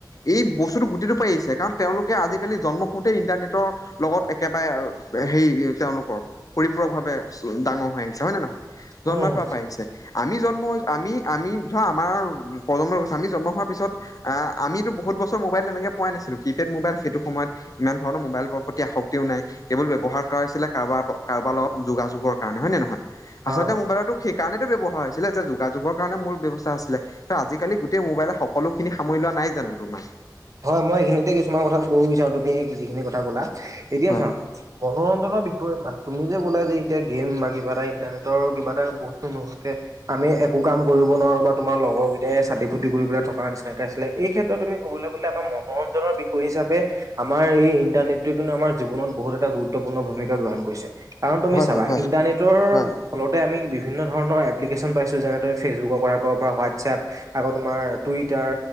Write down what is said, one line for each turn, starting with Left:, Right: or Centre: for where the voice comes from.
Left: এই বস্তুটো গোটেই সেইটো পাই আহিছে। কাৰণ তেওঁলোকে আজিকালি জন্ম হোওঁতে ইণ্টাৰনেটৰ লগত একেবাৰে আৰু হেৰি তেওঁলোক পৰিপূৰক ভাৱে ডাঙৰ হৈ আহিছে, হয় নে নহয়? জন্মৰ
Right: উম হম
Left: পৰা পাই আহিছে, আমি জন্ম হৈ আমি, আমি ধৰা আমাৰ প্ৰজন্মৰ, আমি জন্ম হোৱাৰ পিছত আ-আমিতো বহুত বছৰ মোবাইল তেনেকে পোৱাই নাছিলো। কিপেড মোবাইল সেইটো সময়ত ইমান ধৰণৰ মোবাইলবোৰৰ প্ৰতি আসক্তিও নাই, কেৱল ব্যৱহাৰ কৰা হৈছিলে কাৰ কাৰোবাৰ লগত যোগাযোগৰ কাৰণে, হয় নে নহয়?
Right: হয়
Left: আচলতে
Right: হয়।
Left: মোবাইলতো সেই কাৰণেতো ব্যৱহাৰ হৈছিলে, যে যোগাযোগ যোগৰ কাৰণে মূল ব্যৱস্থা আছিলে। ত' আজিকালি গোটেই মোবাইলত সকলোখিনি সামৰি লোৱা নাই জানো, তোমাৰ?
Right: হয়। মই এইখিনিতে কিছুমান কথা ক'ব বিচাৰো তুমি যিখিনি কথা ক'লা! এতিয়া
Left: হয়,
Right: চা, মনোৰঞ্জনৰ বিষ সেইটোৱে মানে। তু তুমি যে ক'লো যে এতিয়া গেম বা কিবা এটা ইণ্টাৰনেটৰ কিবা এটা বস্তু নোহোৱাকে আমি একো একো কাম কৰিব নোৱাৰোঁ, বা তোমাৰ লগৰকেইটাই চাতি-ফুটি কৰি পেলাই থকাৰ নিচিনাকৈ আছিলে এই ক্ষেত্ৰত তুমি ক'বলৈ গ'লে আমাৰ মনোৰঞ্জনৰ বিষয় হিচাপে আমাৰ এই ইটন্টটো কিন্তু আম জীৱনৰ বহুত এটা গুৰুত্বপূৰ্ণ ঘট ভূমিকা গ্ৰহণ কৰি কাৰিছে। কাৰণ তুমি
Left: হয়,
Right: চাবা
Left: হয়, হয়,
Right: ইন্টাৰনেটৰ
Left: হয়,
Right: ফলতে আমি বি বিভিন্ন ধৰণৰ এপ্লিকেশ্যন পাইছোঁ যেনে তুমি ফেচবুক ক'ব পৰা হোৱাটছএপ আকৌ তোমাৰ টুইটাৰ